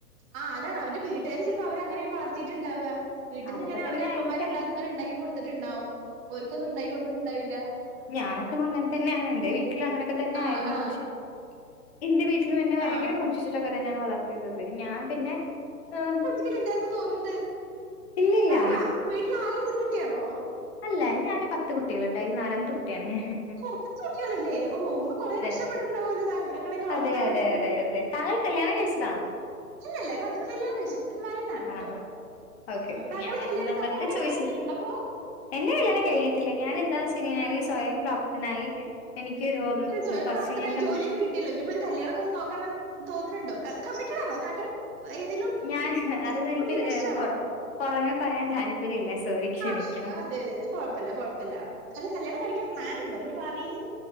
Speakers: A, on the right; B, on the left.
A: ആഹ് അതാണ് അവര്ടെ വീട്ടുകാര് ചെൽപ്പൊ അവരെ അങ്ങനെയാവും വളർത്തീട്ട്ണ്ടാവ വീട്ട്ന്ന്
B: അതൊക്കെ
A: ഇങ്ങനെ അവരെ
B: തന്നെ
A: അമ്മമാരെല്ലാതും
B: ആയിരിക്കാം
A: ഇങ്ങനെണ്ടാക്കി കൊടുത്തിട്ടിണ്ടാവും ഓര്ക്കൊന്നും ഇണ്ടാക്കി കൊടുത്തിട്ട്ണ്ടാവില്ല.
B: ഞാനൊക്ക അങ്ങൻ തന്ന്യാണ് എന്റെ വീ ട്ടിലും അങ്ങനൊക്ക തന്ന്യായിരുന്നു
A: ആഹ് ആഹ്
B: പക്ഷെ എന്റെ വീട്ടിലും എന്നെ ഭയങ്കര
A: ആഹ്
B: കൊഞ്ചിച്ചിട്ടൊക്ക തന്ന്യാണ് വളർത്തി പിന്നെ ഞാൻ പിന്നെ ഏഹ്
A: ണ്ടായിന്ന് തോന്ന്ൺണ്ട്
B: ഇല്ലില്ല
A: താങ്കൾ വീട്ടിലാഗള്ളൊരു കുട്ട്യാണോ
B: അല്ല ഞാന് പത്ത് കുട്ട്യാള്ണ്ട് അയിൽ നാലാമത്തെ കുട്ട്യാണ് ഞാന്
A: ഓഹ് പത്തു കുട്ട്യാള്ല്ലെ ഓഹ് ഉമ്മ കൊറെ കഷ്ട്ടപ്പെട്ട്ണ്ടാവോലൊ
B: അതെ
A: താ ഇങ്ങളെക്കെ
B: അതെ
A: വർത്താൻ
B: അതെ
A: വേണ്ടീട്ട്
B: അതെ അതെ താങ്കൾ കല്യാണം കഴ്ച്ചതാണൊ
A: ഇല്ലല്ല കല്യാണം കയിച്ചിട്ടില്ല അൺമാരീഡാണുട്ടോ
B: ആഹാ ഓക്കെ
A: ആഹ്
B: ഓക്കെ
A: താങ്കൾ
B: ഞാൻ
A: കല്യാൺ
B: എന്നാ
A: താങ്കളുടെ
B: വെറുതെ
A: കല്യാണം
B: ചോദിച്ചത്
A: കഴിഞ്ഞിട്ടുണ്ടോ അപ്പൊ
B: എന്റെ കല്യാണം കഴിഞ്ഞിട്ടില്ല ഞാൻ എന്താന്ന് വെച്ച് കഴിഞ്ഞാല്
A: ആഹ്
B: സ്വയം പ്രാപ്തനായി എനിക്കൊരു
A: ഉം ഒരു സ്വയം
B: കുറച്ച്
A: പ്രാപ്തനായി
B: എന്നെ
A: ജോലിയൊക്ക കിട്ട്യല്ലൊ ഇഞിപ്പൊരു കല്യാണക്കൊന്ന് നോക്കണം തോന്ന്ണ് ണ്ടോ കമ്മിറ്റഡാണൊ താങ്കൾ ഏതേലും
B: ഞാൻ അതൊന്ന് എനിക്ക്
A: കുട്ടീനെ ഇഷ്ടാണോ
B: ഏഹ് പൊറ് പൊറമേ പറയാൻ താല്പര്യ ഇല്ല സോറി ക്ഷമിക്കണം
A: ആഹ് അതെ അതെ അതെ കൊഴപ്പല്ല കൊഴപ്പല്ല അല്ല കല്യാണം കഴിക്കാൻ പ്ലാനുണ്ടൊ ഇനി ഭാവിയില്